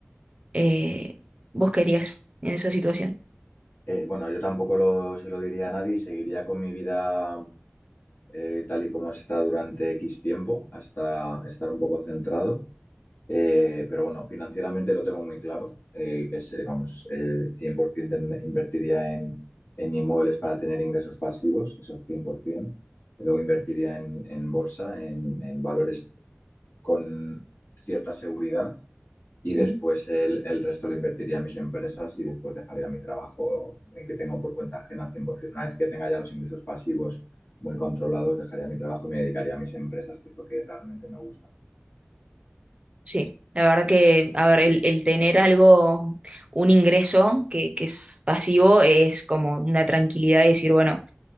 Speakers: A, on the right; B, on the left.
A: Eh, ¿vos querías en esa situación?
B: eh, bueno, yo tampoco lo, se lo diría a nadie y seguiría con mi vida eh, tal y como está durante X tiempo, hasta estar un poco centrado. Eh, pero bueno, financieramente lo tengo muy claro, eh, que es, eh, vamos, eh, 100% en- invertiría en, en inmuebles para tener ingresos pasivos, eso es 100%. Y Luego invertiría en, en bolsa, en, en valores con cierta seguridad y
A: Sí.
B: después el, el resto lo invertiría en mis empresas y después dejaría mi trabajo, el que tengo por cuenta ajena, 100%. Una vez que tenga ya los ingresos pasivos muy controlados, dejaría mi trabajo y me dedicaría a mis empresas, que es lo que realmente me gusta.
A: Sí, la verdad que, a ver, el, el tener algo, un ingreso que, que es pasivo es como una tranquilidad y decir, bueno,